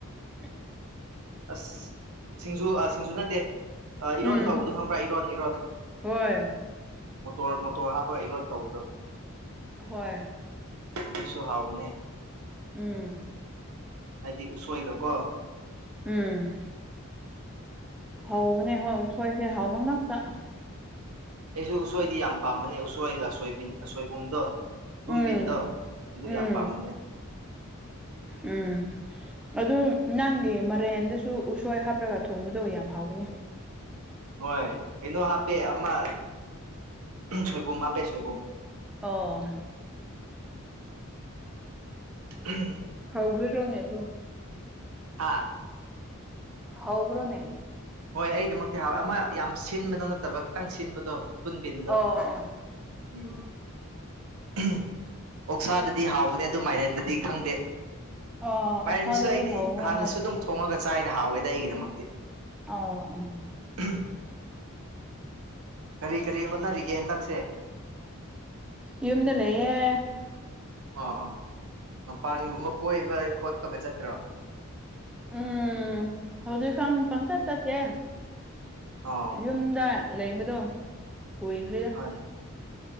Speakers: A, in the centre; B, on the right (about 85°).
A: ꯎꯝ
B: ꯑꯁ ꯁꯤꯡꯖꯨ ꯁꯤꯡꯖꯨ ꯅꯠꯇꯦ ꯏꯔꯣꯟ
A: ꯎꯝ
B: ꯇꯧꯕꯗꯣ ꯈꯪꯕ꯭ꯔꯥ ꯏꯔꯣꯟ ꯏꯔꯣꯟ
A: ꯍꯣꯏ
B: ꯃꯣꯇꯣꯔ ꯃꯣꯇꯣꯔ ꯍꯥꯞꯄꯒ ꯏꯔꯣꯟ ꯇꯧꯕꯗꯣ
A: ꯍꯣꯏ
B: ꯃꯤꯁꯨꯣ ꯍꯥꯎꯕꯅꯦ
A: ꯎꯝ
B: ꯍꯥꯏꯗꯤ ꯎꯁꯣꯏꯒ ꯀꯣ
A: ꯎꯝ ꯍꯧꯕꯅꯦ ꯍꯣꯏ ꯁꯣꯏꯁꯦ ꯍꯥꯎꯕ ꯉꯥꯛꯇ
B: ꯑꯩꯁꯨ ꯎꯁꯣꯏꯗꯤ ꯌꯥꯝ ꯄꯥꯝꯕꯅꯦ ꯎꯁꯣꯏꯒ ꯁꯣꯏ ꯁꯣꯏꯕꯨꯝꯗꯣ ꯊꯨꯝꯕꯤꯟꯗꯣ
A: ꯎꯝ
B: ꯑꯗꯨ
A: ꯎꯝ
B: ꯌꯥꯝ ꯄꯥꯝꯕꯅꯦ
A: ꯎꯝ ꯑꯗꯨ ꯅꯪꯗꯤ ꯃꯔꯦꯟꯗꯁꯨ ꯎꯁꯣꯏ ꯍꯥꯞꯂꯒ ꯊꯣꯡꯕꯗꯣ ꯌꯥꯝ ꯍꯥꯎꯒꯅꯤ
B: ꯍꯣꯏ ꯀꯩꯅꯣ ꯍꯥꯞꯄꯦ ꯑꯃ ꯁꯣꯏꯕꯨꯝ ꯍꯥꯞꯄꯦ ꯁꯣꯏꯕꯨꯝ
A: ꯑꯣ
B: ꯎꯝ
A: ꯍꯧꯕꯤ꯭ꯔꯣꯅꯦ ꯑꯗꯨ
B: ꯍꯥꯥ
A: ꯍꯥꯎꯕꯔꯣꯅꯦ
B: ꯍꯣꯏ ꯑꯩꯗꯃꯛꯇꯤ ꯍꯥꯎꯋꯦ ꯑꯃ ꯌꯥꯝ ꯁꯤꯟꯕꯗꯣ ꯅꯠꯇꯕ ꯈꯤꯇꯪ ꯁꯤꯟꯕꯗꯣ ꯊꯟꯕꯤꯤꯟꯗ
A: ꯑꯣ ꯑꯣ
B: ꯎꯝ <unintelligible> ꯑꯣꯛꯁꯥꯗꯗꯤ ꯍꯥꯎꯕꯅꯦ ꯑꯗꯨ ꯃꯥꯏꯔꯦꯟꯗꯗꯤ ꯈꯪꯗꯦ
A: ꯑꯣ ꯑꯣꯛꯁꯥꯗꯨꯗꯤ
B: ꯃꯥꯏꯝꯁꯨ ꯑꯩꯗꯤ
A: ꯍꯧꯕꯅꯦ
B: ꯍꯥꯟꯅꯁꯨ
A: ꯍꯣꯏ
B: ꯑꯗꯨꯝ ꯊꯣꯡꯉꯒ ꯆꯥꯏꯗ ꯍꯥꯎꯋꯦꯗ ꯑꯩꯒꯤꯗꯃꯛꯇꯤ
A: ꯑ-ꯑ
B: ꯎꯝ ꯀꯔꯤ ꯀꯔꯤ ꯍꯣꯠꯅꯔꯤꯒꯦ ꯍꯟꯗꯛꯁꯦ
A: ꯌꯨꯝꯗ ꯂꯩꯌꯦꯦ
B: ꯑꯥ ꯃꯄꯥꯟꯒꯨꯝꯕ ꯀꯣꯏꯕ ꯈꯣꯠꯄꯒ ꯆꯠꯇ꯭ꯔꯣ
A: ꯎꯝ ꯍꯧꯗ ꯀꯥꯎꯟ ꯄꯪꯊ ꯆꯠꯇꯦ
B: ꯑꯣ
A: ꯌꯨꯝꯗ ꯂꯩꯕꯗꯣ ꯀꯨꯏꯈ꯭ꯔꯦꯗ
B: ꯍꯣꯏ